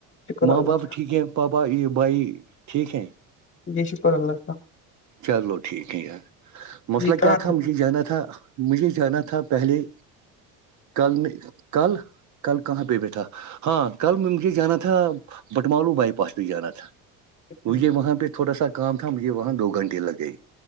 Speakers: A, on the left; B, on the right.
A: شکر
B: ماں
A: اللہ
B: باپ
A: کا
B: ٹھیک ہے پابا یہ بھائی ٹھیک ہے
A: جی شکر اللہ
B: چلو ٹھیک ہے یار مسئلہ
A: جی کہاں
B: کیا تھا
A: تھے
B: مجھے جانا تھا مجھے جانا تھا پہلے کل نے کل کل کہاں پہ بھیٹھ تھا ہاں کل مجھے جانا تھا بٹمالو بائی پاس بھیہ جانا تھا
A: آپ؟
B: مجھے وہاں پہ تھوڑا سا کام تھا مجھے وہاں دو گھنٹے لگ گئے